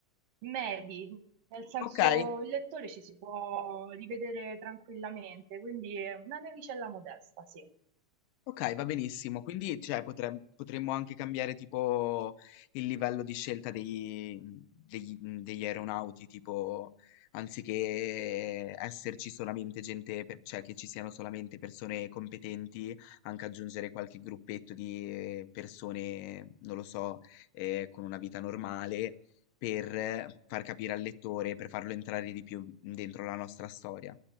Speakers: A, on the right; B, on the left.
A: medi, nel senso
B: Okay,
A: il lettore ci si può rivedere tranquillamente, quindi è una navicella modesta, sì.
B: okay, va benissimo. Quindi, cioè, potrem potremmo anche cambiare tipo il livello di scelta dei mhmm, degli mhmm, degli aeronauti, tipo anziché esserci solamente gente per cioè, che ci siano solamente persone competenti, anche aggiungere qualche gruppetto di, ehm, persone, non lo so, ehm, con una vita normale, per eh, far capire al lettore, per farlo entrare di più dentro la nostra storia.